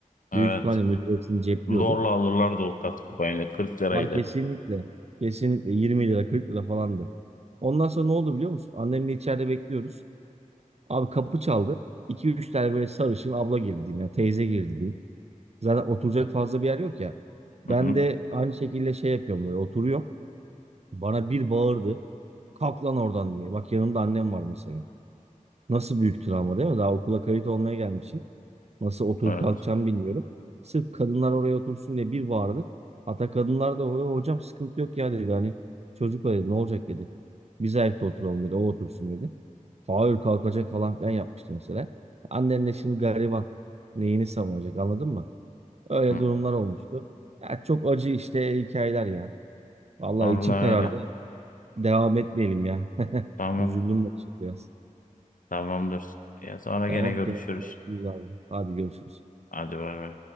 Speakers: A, on the left; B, on the right.
A: Evet.
B: Büyük ihtimalle müdür hepsini cepliyordu.
A: Zorla alırlar o Katkı payını. 40 liraydı.
B: Ama kesinlikle kesinlikle 20 lira 40 lira falandı. Ondan sonra ne oldu biliyor musun? Annemle içeride bekliyoruz. Abi kapı çaldı. 2 üç tane böyle sarışın abla girdi diyeyim. Yani teyze girdi diyeyim. Zaten oturacak fazla bir yer yok ya. Ben
A: Hı hı.
B: de aynı şekilde şey yapıyorum böyle oturuyorum. Bana bir bağırdı. Kalk lan oradan diye. Bak yanımda annem var mesela. Nasıl büyük travma değil mi? Daha okula kayıt olmaya gelmişim. Nasıl oturup
A: Evet.
B: kalkacağımı bilmiyorum. Sırf kadınlar oraya otursun diye bir bağırdı. Hatta kadınlar da "Ho- hocam sıkıntı yok ya dedi. Hani çocuk o dedi ne olacak dedi. Biz ayakta oturalım dedi. O otursun dedi. Hayır kalkacak falan filan yapmıştı mesela. Annen de şimdi gariban. Neyini savunacak anladın mı? Öyle
A: Hı.
B: durumlar olmuştu. Ya çok acı işte hikayeler ya. Vallahi
A: Vallahi
B: içim karardı.
A: öyle.
B: Devam etmeyelim ya. <laughs>
A: Tamam.
B: Üzüldüm bak şimdi biraz.
A: Tamamdır. Ya sonra
B: Tamam,
A: gene görüşürüz.
B: gene görüşürüz abi. Hadi görüşürüz.
A: Hadi bay bay.